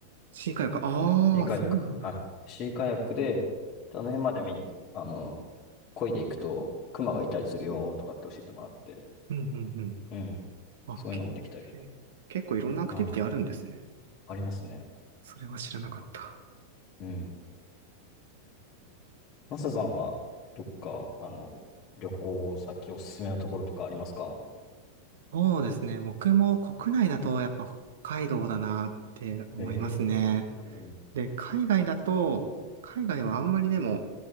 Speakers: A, on the right; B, on the left.
A: シーカヤック。ああ、
B: シーカヤック。
A: そうなんだ。
B: はい。シーカヤックで、あの辺まで見に、あの、漕いでいくと、熊がいたりするよとかって教えてもらって。
A: うんうんうん。
B: うん。
A: あ、
B: そういうのもできたりします。
A: け、えー結構いろんなアクティビティあるんですね。
B: あ、ありますね。
A: それは知らなかった。
B: そう。うん。マサさんは、どっか、あの、旅行先おすすめのところとかありますか
A: そうですね。僕も国内だとやっぱ北海道だなって思いますね。
B: ええーうん
A: で、海外だと、海外はあんまりでも